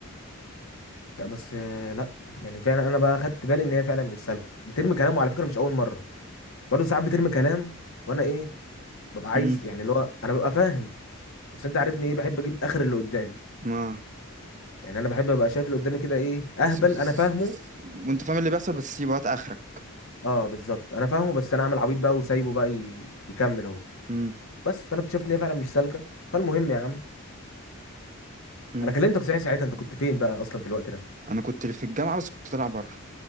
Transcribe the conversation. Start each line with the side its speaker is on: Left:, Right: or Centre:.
Left: لا بس آه، لا يعني فعلا انا بقى خدت بالي ان هي فعلا مش سالكه بترمي كلام وعلى فكره مش اول مره برضه ساعات بترمي كلام وانا ايه ببقى عايز
Right: امم
Left: يعني اللي هو انا ببقى فاهم بس انت عارفني ايه بحب اجيب اخر اللي قدامي
Right: ما
Left: يعني انا بحب ابقى شايف اللي قدامي كده ايه اهبل
Right: س... س...
Left: انا فاهمه
Right: وانت فاهم اللي بيحصل بس سيب وقت اخرك
Left: اه بالظبط انا فاهمه بس انا اعمل عبيط بقى وسايبه بقى ي- يكمل هو
Right: امم
Left: بس فانا اكتشفت ان هي فعلا مش سالكه فالمهم يا عم
Right: امم
Left: انا كلمتك صحيح ساعتها انت كنت فين بقى اصلا في الوقت ده
Right: انا كنت في الجامعة بس كنت طالع بره